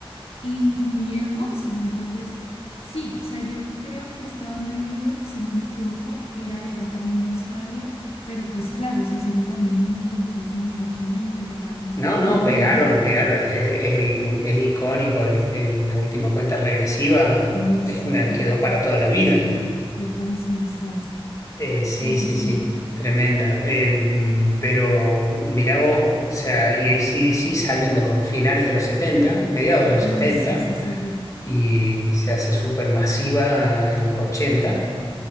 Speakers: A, on the left (about 85°); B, on the left (about 35°).
A: y, y muy hermosos. Entonces, sí, o sea, yo creo que esta banda Europe, si no me equivoco, era de allá también de Australia, pero pues claro, se hicieron también muy conocidos en Estados Unidos, viajaron a Estados
B: No, no,
A: Unidos.
B: pegaron, pegaron. Es, es el- es icónico el- el- la última cuenta regresiva.
A: Eso,
B: Es una,
A: uff,
B: quedó para toda la vida.
A: qué cancionzas.
B: Eh, sí,
A: Pero
B: sí,
A: sí,
B: sí, tremenda. Eh, mm, pero mirá vos, o sea, y AC/DC salen los finales de los 70, mediados de los 70,
A: ah, sí, sí, sí, sí.
B: y se hace súper masiva en los 80,